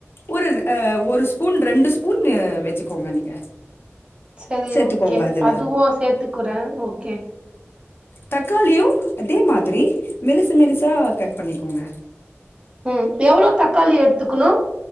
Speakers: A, on the left; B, on the right.
A: ஒரு அஹ் ஒரு ஸ்பூன் ரெண்டு ஸ்பூன் அஹ் வெச்சுக்கோங்க நீங்க
B: செரி
A: சேத்துக்கோங்க
B: ஓகே
A: அதுல
B: அதுவு சேத்துக்குறே ஓகே
A: தக்காளியு அதே மாதிரி மெலிசு மெலிசா கட் பண்ணிக்கோங்க
B: உம் எவ்ளோ தக்காளி எட்த்துக்குணு